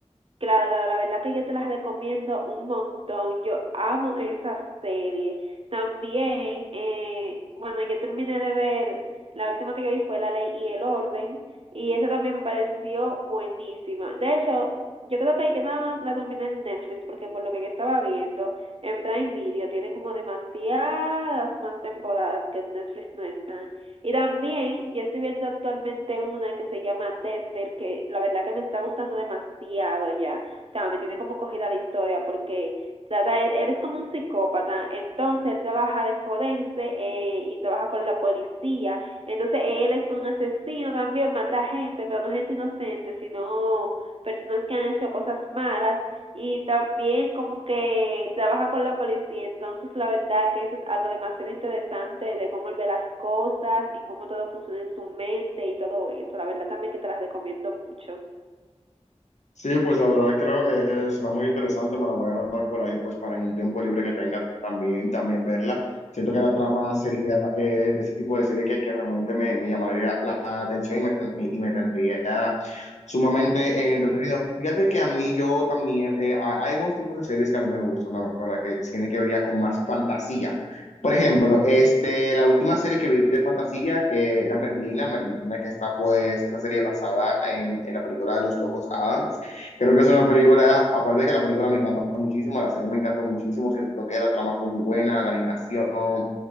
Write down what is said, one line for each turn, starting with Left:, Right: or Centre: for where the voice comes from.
Right: Claro, la verdad que yo te las recomiendo un montón. Yo amo esa serie. También, eh, bueno, yo terminé de ver, la última que yo vi fue La Ley y el Orden, y esa también me pareció buenísima. De hecho, yo creo que ahí que nada más la terminé en Netflix, porque por lo que yo estaba viendo, en Prime Video tiene como demasiadas más temporadas que en Netflix no están. Y también yo estoy viendo actualmente una que se llama Dexter, que la verdad que me está gustando demasiado ya. O sea, me tiene como cogida la historia porque trata, él, él es como un psicópata, entonces él trabaja de forense eh, y trabaja con la policía. Entonces él es un asesino también, mata gente, pero no gente inocente, sino personas que han hecho cosas malas y también como que trabaja con la policía, entonces la verdad que eso es algo demasiado interesante de cómo él ve las cosas y cómo todo funciona en su mente y todo eso, la verdad también que te las recomiendo mucho.
Left: Sí, pues la verdad creo eh, será muy interesante, me la voy a anotar por ahí, pues para en un tiempo libre que tenga también, también verla. Siento que la trama sería eh, de ese tipo de serie que, que realmente me, me llamaría la atención y me, ten- y me tendría sumamente eh, entretenido. Fíjate que a mí yo también, eh, hay hay algunos tipos de series que a mí me gustan, la verdad, que tienen que ver ya con más fantasía. Por ejemplo, este, la última serie que vi de fantasía eh, era Merlina, Merlina que está pues, esa serie basada en, en la película de Los Locos Adams. Creo que es una película, aparte de que la película me encantó muchísimo, la serie me encantó muchísimo, siento que la trama fue muy buena, la animación,